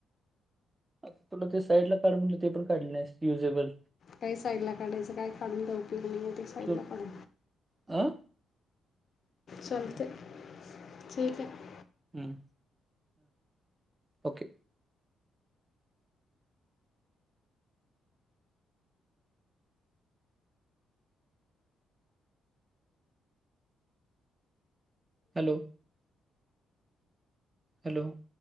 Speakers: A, on the right; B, on the left.
A: आ पण ते साइड ला काढून म्हण ते पण काढले युजेबल.
B: काही साईड ला काढायचं काय काढून द उपयोग नाही ते साईडला
A: तू
B: काढा.
A: अं
B: चलते ठीक आहे.
A: हम्म ओके. हॅलो! हॅलो, !